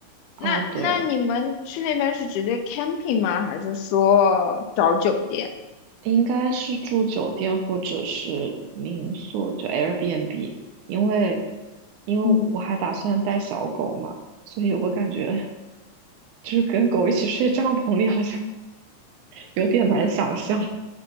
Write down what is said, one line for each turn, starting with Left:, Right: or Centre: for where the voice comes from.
Right: 啊，
Left: 那那你们去那边是直接
Right: 对。
Left: camping 吗？还是说找酒店？
Right: 应该是住酒店或者是民宿，就 Airbnb，因为因为我还打算带小狗嘛，
Left: 嗯
Right: 所以我感觉 <laughs> 就是跟狗一起睡帐篷里好像 <laughs> 有点难想象。